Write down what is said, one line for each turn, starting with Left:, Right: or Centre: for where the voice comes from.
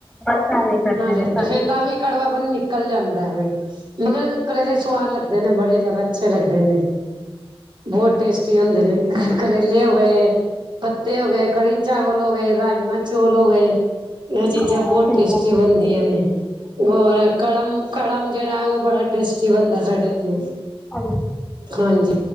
Centre: ਬਸ ਐਵੇਂ ਕਰਦੇ
Right: ਨਾਲ ਲੈਂਦੇ
Centre: ਨੇ ਸਾਰੇ।
Right: ਫੇਰ ਤਾਂ ਵੀ ਕੜਵਾ ਨਿਕਲ ਜਾਂਦਾ ਫਿਰ ਮਗਰ ਕਰੇਲੇ ਸੁਵਾਦ ਲੱਗਦੇ ਨੇ ਬੜੇ ਜ਼ਿਆਦਾ ਅੱਛੇ ਲੱਗਦੇ ਨੇ ਬਹੁਤ ਟੇਸਟੀ ਹੁੰਦੇ ਨੇ ਕਰੇਲੇ ਹੋ, ਪੱਤੇ ਹੋ ਗਏ। ਕੜੀ ਚਾਵਲ ਹੋ ਗਏ, ਰਾਜਮਾਂ ਚੋਲ ਹੋ ਗਏ, ਇਹ ਚੀਜ਼ਾਂ
Centre: ਹਾਂ
Right: ਬੋਤ
Centre: ਸਹੀ
Right: ਟੇਸਟੀ
Centre: ਗੱਲ
Right: ਬਣਦੀਆਂ
Centre: ਹੈ
Right: ਨੇ ਹੋਰ ਕੜਮ-ਕੜਮ ਜਿਹੜਾ ਉਹ ਬੜਾ ਟੇਸਟੀ ਬਣਦਾ ਸਾਡੇ ਇੱਥੇ
Centre: ਹਾਂਜੀ।
Right: ਹਾਂਜੀ